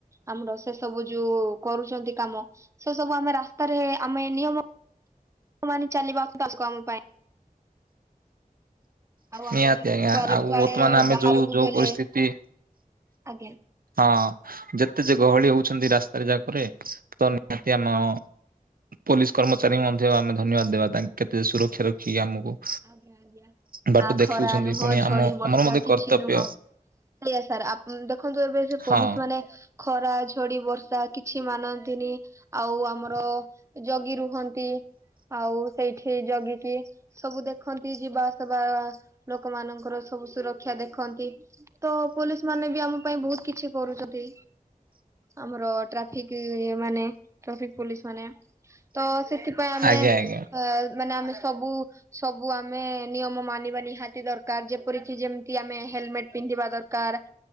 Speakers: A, on the right; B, on the right.
A: ଆମର ସେସବୁ ଯୋଉ କରୁଚନ୍ତି କାମ ସେସବୁ ଆମେ ରାସ୍ତାରେ ଆମେ ନିୟମ ମାନି ଚାଲିବା ଅତ୍ୟନ୍ତ ଆବଶ୍ୟକ ଆମ ପାଇଁ ଆଉ ଆମେ
B: ନିହାତି
A: ଯୋଉ
B: ଆଜ୍ଞା
A: କୁଆଡେ
B: ଆଉ
A: କୁଆଡେ
B: ବର୍ତ୍ତମାନେ ଆମେ
A: ବାହାରକୁ
B: ଯୋଉ ଯୋଉ
A: ଗଲେ
B: ପରିସ୍ଥିତି
A: ଆଜ୍ଞା।
B: ହଁ ଯେତେଯେ ଗହଳି ହଉଛନ୍ତି ରାସ୍ତାରେ ଯାକରେ ତ ନିହାତି ଆମ ପୋଲିସ କର୍ମଚାରୀଙ୍କୁ ମଧ୍ୟ ଆମେ ଧନ୍ୟବାଦ ଦେବା ତାଙ୍କେ କେତେ ସୁରକ୍ଷା ରଖିକି ଆମକୁ
A: ଆଜ୍ଞା ଆଜ୍ଞା
B: ବାଟ
A: ନା
B: ଦେଖଉଛନ୍ତି
A: ଖରା ନୁହଁ
B: ପୁଣି
A: ଝଡ଼ି
B: ଆମ
A: ବର୍ଷା
B: ଆମର ମଧ୍ୟ
A: କିଛି
B: କର୍ତ୍ତବ୍ୟ
A: ନୁହଁ ଏରିଆ ସାରା ଅପ୍ ଦେଖନ୍ତୁ ଏବେ ଯୋଉ ପୋଲିସ୍
B: ହଁ
A: ମାନେ ଖରା ଝଡ଼ି ବର୍ଷା କିଛି ମାନନ୍ତିନି ଆଉ ଆମର ଜଗି ରୁହନ୍ତି ଆଉ ସେଇଠି ଜଗିକି ସବୁ ଦେଖନ୍ତି ଯିବା ଆସବା ଲୋକ ମାନଙ୍କର ସବୁ ସୁରକ୍ଷା ଦେଖନ୍ତି। ତ ପୋଲିସ ମାନେବି ଆମ ପାଇଁ ବହୁତ୍ କିଛି କରୁଚନ୍ତି। ଆମର ଟ୍ରାଫିକ ମାନେ ଟ୍ରାଫିକ୍ ପୋଲିସ୍ ମାନେ ତ ସେଥିପାଇଁ ଆମେ
B: ଆଜ୍ଞା
A: ଅ
B: ଆଜ୍ଞା
A: ମାନେ ଆମେ ସବୁ ସବୁ ଆମେ ନିୟମ ମାନିବା ନିହାତି ଦରକାର ଯେପରିକି ଯେମିତି ଆମେ ହେଲମେଟ୍ ପିନ୍ଧିବା ଦରକାର